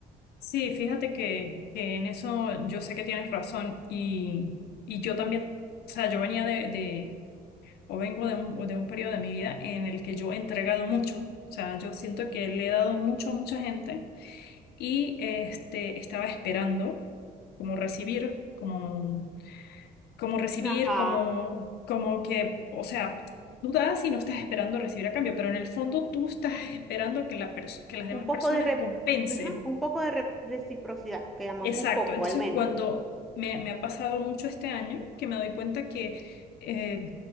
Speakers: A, on the left; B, in the centre.
A: Sí, fíjate que, que en eso yo sé que tienes razón y, y yo también, o sea, yo venía de, de o vengo de un, de un periodo de mi vida en el que yo he entregado mucho, o sea, yo siento que le he dado mucho a mucha gente y este, estaba esperando como recibir, como, como recibir,
B: Ajá,
A: como, como que, o sea, tú das y no estás esperando recibir a cambio, pero en el fondo tú estás esperando que, la pers- que las demás
B: un poco
A: personas
B: de, re-
A: compensen
B: ajá, un poco de re- reciprocidad, que llaman,
A: Exacto.
B: un poco
A: Entonces,
B: al menos.
A: cuando me, me ha pasado mucho este año, que me doy cuenta que eh,